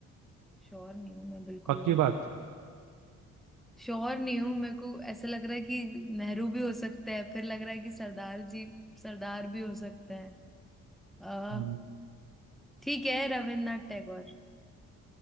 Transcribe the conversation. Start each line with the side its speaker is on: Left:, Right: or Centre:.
Centre: श्योर नहीं हूँ मैं बिल्कुल
Right: पक्की
Centre: भी
Right: बात
Centre: श्योर नहीं हूँ मेरे को ऐसा लग रहा है कि नेहरू भी हो सकते हैं फिर लग रहा है कि सरदार जी सरदार भी हो सकते हैं
Right: हम्म,
Centre: ठीक है रविन्द्रनाथ टैगोर